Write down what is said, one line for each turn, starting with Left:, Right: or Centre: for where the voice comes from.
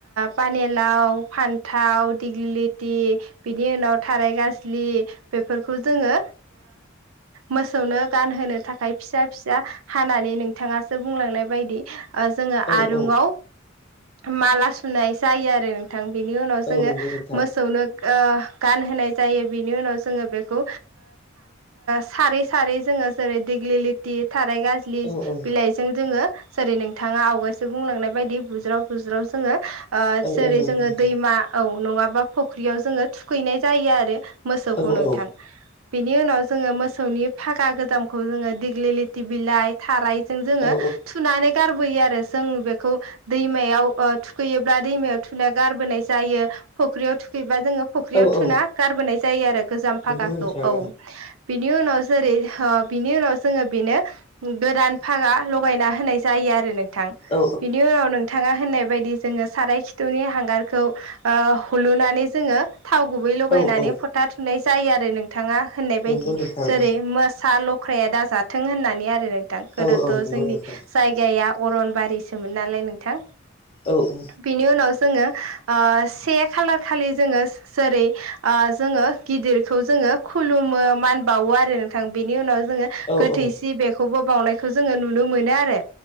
Right: पानेलाव फान्थाव दिग्लि लिटि बिनि उनाव थाराय गाज्लि बेफोरखौ जोङो मोसौनो गानहोनो थाखाय फिसा फिसा हानानै नोंथाङासो बुंलांनाय बायदि जोङो
Left: औ
Right: आरुंवाव
Left: औ
Right: माला सुनाय जायो आरो। बिनि उनाव
Left: औ
Right: जोङो
Left: नंगौ नोंथां
Right: मोसौनो गानहोनाय जायो। बिनि उनाव जोंङो बेखौ सार सारै सारै जोङो जेरै देग्लि लिथि थाराय गाज्लि
Left: औ औ
Right: बिलाइजों जोङो जेरै नोंथाङा आवगायसो बुंलांनाय बायदि बुज्राव बुज्राव जोङो
Left: औ
Right: जेरै
Left: औ नंगौ नोंथां
Right: जोङो दैमा औ नंङाबा फख्रियाव जोंङो थुखैनाय जायो आरो। मोसौखौ
Left: औ
Right: नोंथां
Left: औ
Right: बेनि उनाव जोङो मो मोसौनि फागा गोजामखौ जोङो दिग्लि लथि बिलाइ थारायजों जोङो
Left: औ
Right: थुनानै गारबोयो आरो जों बेखौ दैमायाव थुखैयोब्ला दैमायाव थुना गारबोनाय जायो। फुख्रियाव थुखैबा जोङो फख्रियाव
Left: औ
Right: थुना
Left: औ
Right: गारबोनाय जायो आरो गोजाम फागाखौ
Left: नंगौ नोंथां
Right: औ। बिनि उनाव जेरै बिनि उनाव जोङो बेनो गोदान फागा लगायना होनाय जायो आरो नों थां।
Left: औ
Right: बिनि उनाव नों थाङा होननाय बायदि जोङो साराय खिथुनि हांगारखौ हुलुनानै जोंङो थाव गुबै लगायनानै
Left: औ औ
Right: फोथा थुनाय जायो आरो नोंथाङा होननाय बायदि
Left: नंगौ नोंथां
Right: जेरै
Left: औ
Right: मो सा लख्राया दाजाथों होननानै आरो नोंथां गोदोथ'
Left: औ औ नंगौ
Right: जोंनि
Left: नोंथां
Right: जायगाया अरनबारिसोमोन नालाय नोंथां
Left: औ औ
Right: बिनि उनाव जोङो से खालार खालि जोङो जेरै जोङो गिदिरखौ जों खुलुमो मान बावो आरो नोंथां बेनि उनाव जोङो
Left: औ
Right: गोथैसि
Left: औ
Right: बेखौबो बावनायखौ जोङो नुनो मोनो आरो।